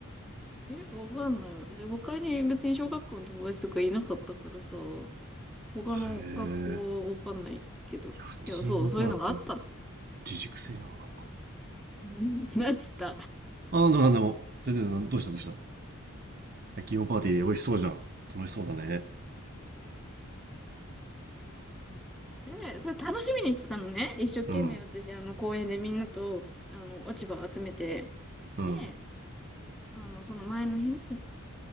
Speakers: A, in the centre; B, on the right.
A: え、わかんない。え他に別に小学校の友達とかいなかったからさ、他の学校はわかんないけど。
B: え。へえ。焼き芋パーティー。
A: いや、そう、そういうのがあったの。
B: 自粛性な、なんか。
A: <laughs> うんなんつった
B: あ、なんでも、全然、などうしたどうした焼き芋パーティー美味しそうじゃん。楽しそうだね。
A: で、それ楽しみにしてたのね。一生懸命私、
B: うん。
A: あの、公園でみんなと、あの、落ち葉を集めて。
B: うん。
A: で、あの、その前の日の